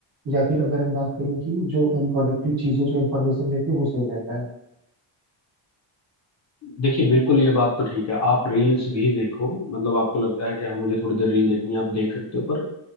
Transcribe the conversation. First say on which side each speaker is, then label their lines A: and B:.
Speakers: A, on the right; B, on the left.
A: या फिर अगर हम बात करें कि जो अनप्रोडक्टिव चीजें जो इन्फॉर्मेशन लेते हैं वो सही रहता है
B: देखिए बिल्कुल ये बात तो ठीक है आप रील्स भी देखो मतलब आपको लगता है कि हम मुझे थोड़ी देर रील देखनी है आप देख सकते हो पर